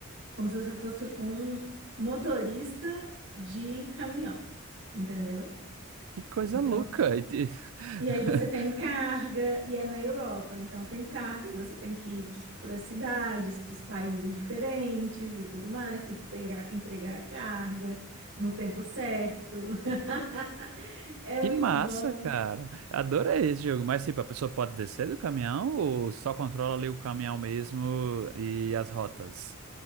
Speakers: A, on the right; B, on the right.
A: como se você fosse um motorista de caminhão, entendeu?
B: Que coisa
A: Então,
B: louca! E te- <laughs>
A: E aí você tem carga, e é na Europa, então tem carga, e você tem que ir para as cidades, para os países diferentes e tudo mais, tem que integra- entregar a carga no tempo certo. <laughs> É
B: Que
A: muito
B: massa,
A: bom.
B: cara! Adorei esse jogo. Mas, tipo, a pessoa pode descer do caminhão ou só controla ali o caminhão mesmo e as rotas?